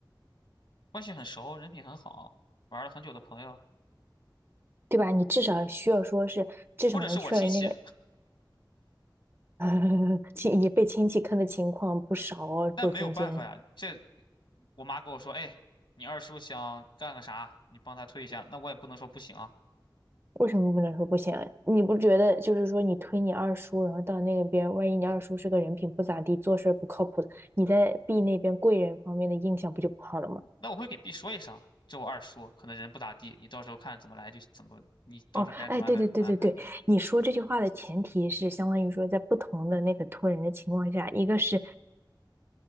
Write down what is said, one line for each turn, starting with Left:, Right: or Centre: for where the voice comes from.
Left: 关系很熟，人品很好，玩了很久的朋友，
Right: 对吧？你至少需要说是至少能确认那个
Left: 或者是我亲戚，
Right: 呃 <laughs> 亲也被亲戚坑的情况不少哦，
Left: 那没有办法呀。
Right: 做中间人
Left: 这我妈跟我说，哎，你二叔想干个啥，你帮他推一下，那我也不能说不行啊。
Right: 为什么不能说不行啊？你不觉得就是说你推你二叔，然后到那边，万一你二叔是个人品不咋地，做事儿不靠谱的，你在 B 那边贵人方面的印象不就不好了吗？
Left: 那我会给 B 说一声，这我二叔可能人不咋地，你到时候看怎么来就怎么，你到时候该怎么安排怎么安排呗。
Right: 哦，哎，对对对对对，你说这句话的前提是相当于说，在不同的那个托人的情况下，一个是